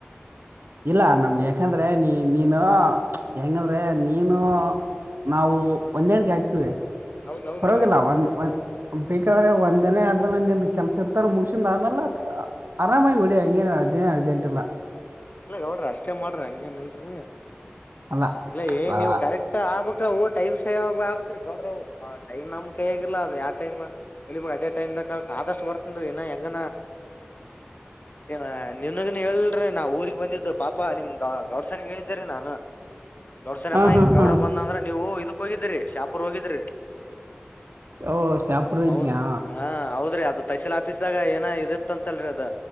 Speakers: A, on the right; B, on the left.
A: ಇಲ್ಲ ನಮ್ಗೆ ಯಾಕಂದ್ರೆ ನೀ ನೀನು ಹೆಂಗಂದ್ರೆ ನೀನು ನಾವು ಒಂದೆಣಗೆ ಹಾಕ್ತಿೀವಿ.
B: ಹೌದ್ ಹೌದ್ರಿ
A: ಹೊರವಾಗಿಿಲ್ಲ
B: ಗೌಡ್ರಿ
A: ಒಂದ್ಂದ ಬೇಕಾದ್ರೆ ಒಂದನೇ. ನನ್ನ ಕೆಲಸ ಇತ್ತ ಮುಗಸಿಂದ ಆಮೇಲೆ ಆರಾಮಾಗಿ ಬಿಡಿ ಹಂಗೇನ್ ಅದೇ ಅರ್ಜೆಂಟ್ ಇಲ್ಲ.
B: ಇಲ್ಲ ಯೋಡ್ರಿ ಅಷ್ಟೇ ಮಾಡ್ರಿ ಹಂಗಗೆಏನ್ ಇಲ್ರರಿ.
A: ಅಲ್ಲ
B: ಇಲ್ಲ ಏನ್
A: ಆ,
B: ನೀವು ಕರೆಕ್ಟ್ ಆಗ್ಬಕ್. ಟೈಮ್ ಸೇವ್ ಆ್ರೀ ಗೌಡ್ರ ಟೈಮ್ ನಮ್ ಕೈ ಆಗಿಲ್ಲಲ್ಲ ಅ ಯಾವ ಟೈಮ್ ಅದೇ ಟೈಮ್ ಆದಷ್ಟು ಬರ್ತನ್ೀ ಇ ಹೆಂಗ. ನನಗ ಹೇಳ್ರರಿ ನಾ ಊರಿಗೆಗ್ ಬಂದಿದ್ದು ಪಾಪಾ ನಿಮ್ ಗೌಡ್ಸನಗ್ ಹೇಳಿದೇ ನಾ. ಹ. ಗೌಡ್ ಸನಮ್ಮ
A: ಹಾ
B: ಹಿ
A: ಹಾ
B: ಗೌಡ
A: ಹಾ
B: ಬಂದ್ರೆ ನೀವು ಇದು. ಹೋಗಿದ್ರಿ ಶಾಪುರ್ ಹೋಗಿದ್ರಿ.
A: ಓ ಶಾಪುರ
B: ಹದ
A: ಇದ್ನ್ಯಾ
B: ಹಾ ಹೌದ್ರಿ ಅದ ತಹಸೀಲ್ ಆಫೀಸ್ದಾಗ ಏನ ಇದಿತ್ತ ಅಂತಲ್ರಿ ಅದ